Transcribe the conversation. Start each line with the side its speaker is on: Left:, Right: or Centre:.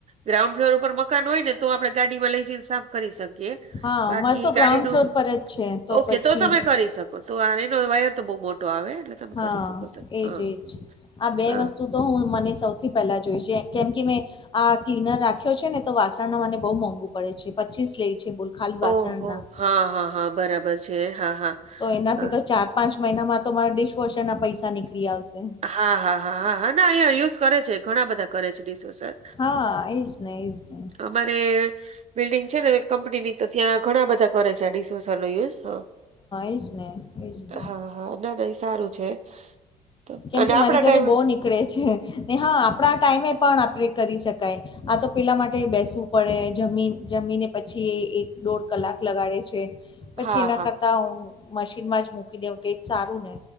Right: ગ્રાઉન્ડ ફ્લોર ઉપર મકાન હોય ને તો આપડે ગાડી માં લઈ જઈને સાફ કરી શકીએ.
Left: હા
Right: બાકી
Left: મારે તો
Right: ગાડીનું
Left: ગ્રાઉન્ડ ફ્લોર પર જ છે
Right: ઓકે
Left: પછી
Right: તો તમે ક કરી શકો તો આ એનો વાયર તો બહુ મોટો આવે એટલે. તમે
Left: હા
Right: કરી શકો તો
Left: એજ
Right: હા.
Left: એજ આ બે
Right: હા
Left: વસ્તુ તો હું મને સૌથી પહેલા જોઈશ કેમ કે મેં આ ક્લીનર રાખ્યો છે ને તો વાસ ણ નો મને બહુ મોંઘુ પડે છે, પચીસ લઈ છે, બોલ ખાલી વાસણ
Right: ઓહો
Left: ના
Right: હા હા હા બરાબર છે હા હા.
Left: તો એનાથી
Right: હા
Left: તો ચાર પાંચ મહિના માં તો મારા ડિશ વોસર ના પૈસા નીક ળી આવશે.
Right: હા હા હા હા હા ના અહીંયા યુઝ કરે છે, ઘણા બધા કરે છે, ડીસ વોસર.
Left: હા એજ ને એજ ને
Right: અમારે બિલ્ડિંગ છે, ને કંપનીની તો ત્યાં ઘણા બધા કરે છે, આ ડીસવોશર નો યુઝ. હા
Left: એજ ને એજ ને
Right: હા હા ના ના એ સારું છે. તો
Left: કેમ
Right: અને
Left: કે
Right: આપણા
Left: મારી ઘરે
Right: ટાઈમે
Left: બહુ નીકળે છે, ને હા આપણા ટાઈમે પણ આપણે કરી શકાય. આ તો પેલા માટે બેસવું પડે જમીન જમીને પછી એ એક દોઢ કલાક લગાડે છે. પછી
Right: હા
Left: એના
Right: હા
Left: કરતા હ મશીન માં જ મૂકી દેઉં તો એજ સારું ને.